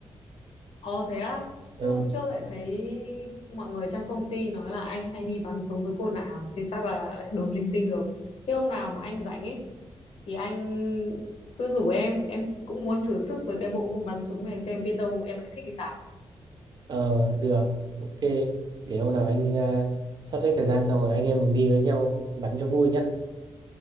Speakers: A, on the left; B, on the right.
A: Ồ thế á,
B: ừ,
A: thế hôm trước lại thấy mọi người trong công ty nói là anh hay đi bắn súng với cô nào, thế chắc là lại đồn linh tinh rồi. Thế hôm nào mà anh rảnh ấy, thì anh cứ rủ em, em cũng muốn thử sức với cái bộ môn bắn súng này xem biết đâu em lại thích thì sao.
B: ờ được ok để hôm nào anh à, sắp xếp thời gian xong rồi anh em mình đi với nhau bắn cho vui nhá <laughs>